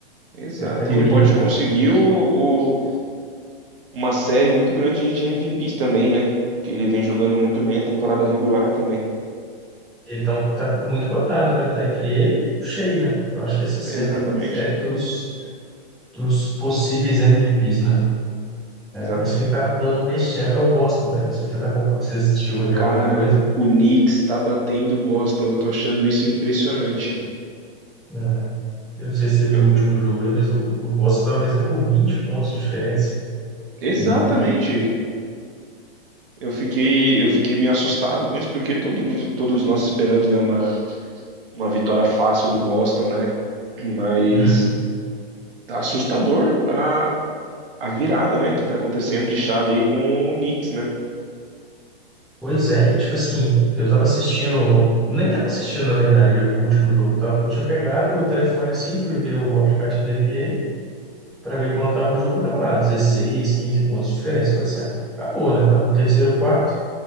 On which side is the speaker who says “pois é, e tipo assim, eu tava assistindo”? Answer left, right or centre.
Centre